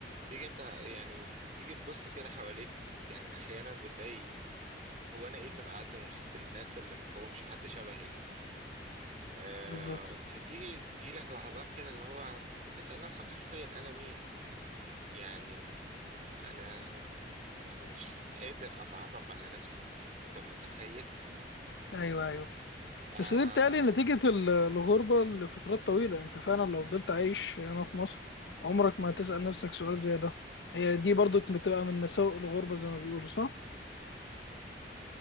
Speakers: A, on the right (about 45°); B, on the left (about 80°).
A: تيجي انت يعني تيجي تبص كده حواليك يعني احيانا بتلاقي هو انا ايه اللي مقعدني من وسط الناس اللي ما فيهمش حد شبهي دول آه،
B: بالظبط
A: فتيجي تجيلك لحظات كده اللي هو تسأل نفسك حرفيا أنا مين يعني انا انا مش قادر اتعرف على نفسي انت متخيل
B: ايوه ايوه
A: آه
B: بس دي بتقلي نتيجة ال- الغربة لفترات طويلة انت فعلا لو فضلت عايش هنا في مصر عمرك ما هتسأل نفسك سؤال زي ده هي دي برضو بتبقى من مساوئ الغربة زي ما بيقولوا صح؟